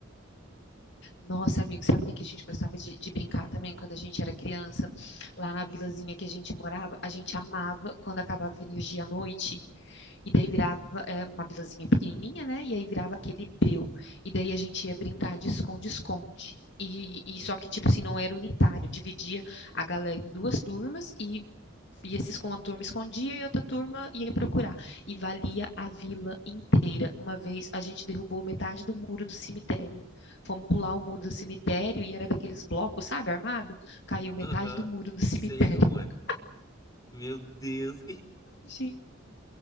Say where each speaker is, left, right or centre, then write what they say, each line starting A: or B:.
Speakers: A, on the left; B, on the left.
A: Nossa, amigo, sabe o que que a gente gostava de, de brincar também quando a gente era criança? Lá na vilazinha que a gente morava, a gente amava quando acabava a energia à noite. E daí virava é, uma vilazinha pequenininha, né? E aí virava aquele breu. E daí a gente ia brincar de esconde-esconde. E, e só que, tipo assim, não era unitário. Dividia a galera em duas turmas e ia se esconder, uma turma escondia e outra turma ia procurar. E valia a vila inteira. Uma vez a gente derrubou metade do muro do cemitério. Fomos pular o muro do cemitério e era daqueles blocos, sabe, armado? Caiu metade
B: Aham,
A: do muro do
B: sei
A: cemitério.
B: como
A: <laughs>
B: é. Meu Deus,
A: Gente.